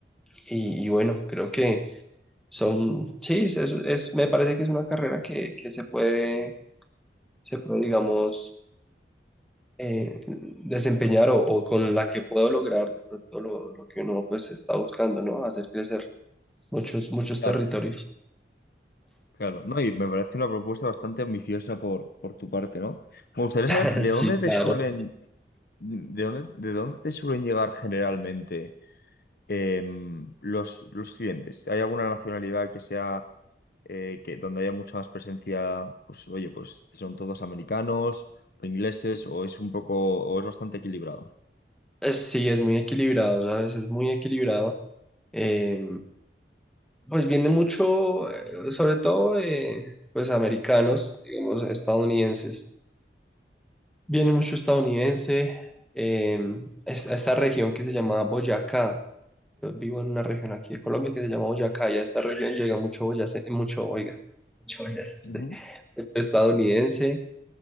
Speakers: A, in the centre; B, on the left.
A: y y bueno, creo que... Son, sí, es, es, es- me parece que es una carrera que, que se puede, se puede, digamos, eh, desempeñar o, o con la que puedo lograr de pronto lo, lo que uno pues está buscando, ¿no? Hacer crecer muchos, muchos
B: claro,
A: territorios.
B: claro. No, y me parece una propuesta bastante ambiciosa por, por tu parte, ¿no? Me gustaría
A: <laughs>
B: saber de
A: Sí,
B: dónde te
A: claro.
B: suelen, de dónde, de dónde te suelen llegar generalmente em, los, los clientes. ¿Hay alguna nacionalidad que sea eh, que donde haya mucha más presencia? Pues oye, pues son todos americanos o ingleses, o es un poco, o es bastante equilibrado.
A: Es- sí, es muy equilibrado, ¿sabes? Es muy equilibrado. Eh, pues viene mucho, eh, sobre todo, de, pues americanos, digamos, estadounidenses Viene mucho estadounidense eh, es- a esta región que se llama Boyacá. Yo vivo en una región aquí de Colombia que se llama Boyacá y a esta región llega mucho boyace- mucho, oiga, mucho boyacense,
B: Ujú,
A: <laughs> estadounidense.